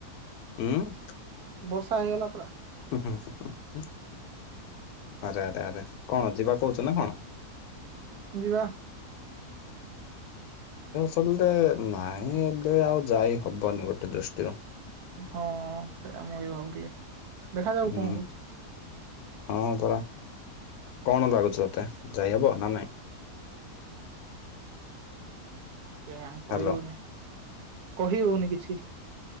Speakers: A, on the left; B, on the right.
A: ଉମ୍
B: ବର୍ଷା ହେଇଗଲା ପୁରା
A: ଆରେ, ଆରେ, ଆରେ, କଣ ଯିବା କହୁଛ ନା କଣ?
B: ଯିବା।
A: ଏପନ୍ତେ ନାହିଁ ଏବେ ଆଉ ଯାଇ ହବନି ଗୋଟେ ଦୃଷ୍ଟିରୁ।
B: ହଁ, ସେଇଟା ମୁଁ ଏଇ ଭାବୁଥିଲି। ଦେଖାଯାଉ
A: ହୁଁ।
B: କଣ ହଉଛି?
A: ହଁ ପରା, କଣ ଲାଗୁଛି ତତେ ଯାଇହବ ନା ନାଇଁ?
B: ହ କେଜାଣି କହି
A: ହାଲୋ
B: ହଉନି, କହି ହଉନି କିଛି।